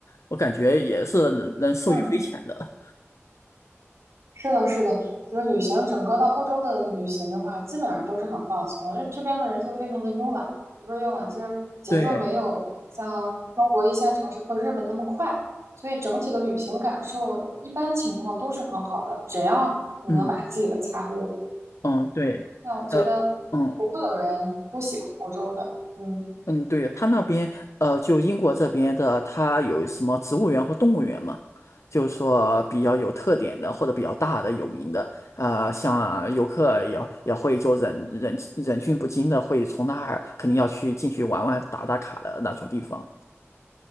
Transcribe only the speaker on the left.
我感觉也是能受益匪浅的。
<laughs> 对，
嗯嗯，对，
呃，嗯。
嗯，对，他那边，呃，就英国这边的，它有什么植物园或动物园嘛？就是说比较有特点的或者比较大的、有名的，呃，像游客也也会就忍忍忍俊不禁的会从那儿肯定要去进去玩玩、打打卡的那种地方。